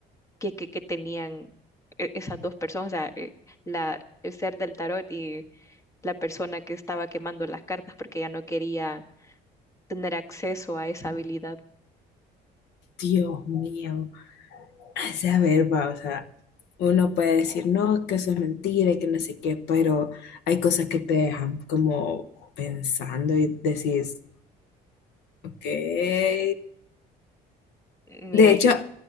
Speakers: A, on the left; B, on the left.
A: que, que, que tenían e- esas dos personas, o sea, eh, la, el ser del tarot y la persona que estaba quemando las cartas porque ya no quería tener acceso a esa habilidad.
B: Dios mío. O sea, a ver, va, o sea, uno puede decir, no, que eso es mentira y que no sé qué, pero hay cosas que te dejan como pensando y decís, ok.
A: Mira,
B: De hecho,
A: yo,